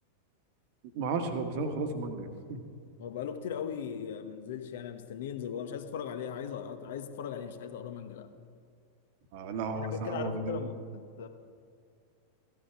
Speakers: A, on the right; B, on the left.
A: ما اعرفش هو- بس انا مخلصه مانجا <laughs>
B: هو بقاله كتير قوي ما نزلش يعني انا مستنيه ينزل والله مش عايز اتفرج عليه عايز أ- عايز اتفرج عليه مش عايز اقرا مانجا لا
A: آه، لا هو
B: حاجات
A: صح
B: كده
A: هو
B: عارف انت
A: جدول
B: لما بتت...